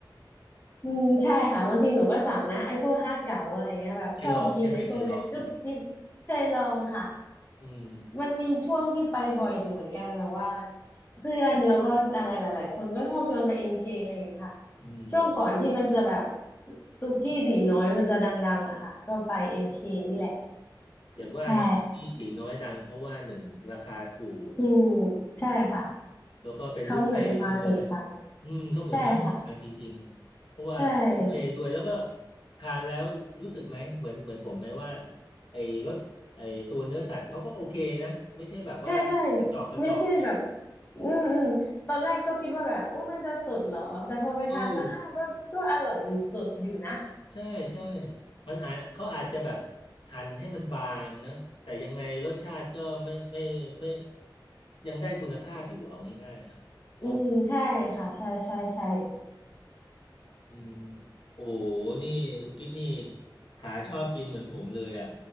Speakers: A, on the left; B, on the left.
A: อืมใช่ค่ะบางทีหนูก็สั่งนะไอ้พวกห้าเก๋าอะไรเงี้ยแบบชอบกินไอ้พวกนั้นจุ๊บจิ๊บเคยลองค่ะ
B: เคยลองใช่ไหมเคยลองใช่ไหมอืม
A: มันมีช่วงที่ไปบ่อยอยู่เหมือนกันแบบว่าเพื่อนแล้วก็อะไรหลายๆ คนก็ชอบชวนไปเอ็มเคอะไรอย่างเงี้ยค่ะ
B: อืม
A: ช่วงก่อนที่มันจะแบบตุกกี้ตีน้อยมันจะดังๆอะค่ะก็ไปเอ็มเคนี่แหละ
B: อย่างว่านะสุกี้ตีน้อยดังเพราะว่าหนึ่งราคาถูก
A: ใช่ถูกใช่ค่ะ
B: แล้วก็เป็นบุฟเฟ่ต์ด้วย
A: เขาเหมือนมาถูกใจ
B: อืมก็เหมือนมาถูกทางจริงๆเพราะว่าเป็นบุฟเฟ่ต์ด้วยแล้วก็
A: ใช่ค่ะใช่
B: ทานแล้วรู้สึกไหมเหมือนเหมือนผมไหมว่าไอ้รสไอ้ตัวเนื้อสัตว์เขาก็โอเคนะไม่ใช่แบบว่ากระจอกกระจอก
A: ใช่ใช่ไม่ใช่แบบอืมอืมตอนแรกก็คิดว่าแบบโอ้มันจะสดเหรอแต่พอไปทานแล้วอ้าวก็ก็อร่อยดีสดอยู่นะ
B: เออใช่ใช่มันอาจเขาอาจจะแบบหั่นให้มันบางนะแต่ยังไงรสชาติก็ไม่ไม่ไม่ยังได้คุณภาพอยู่เอาง่ายๆอ่ะมอง
A: อืมใช่ค่ะใช่ใช่ใช่
B: อืมโอ้โหนี่คุณกิฟนี่ขาชอบกินเหมือนผมเลยอ่ะ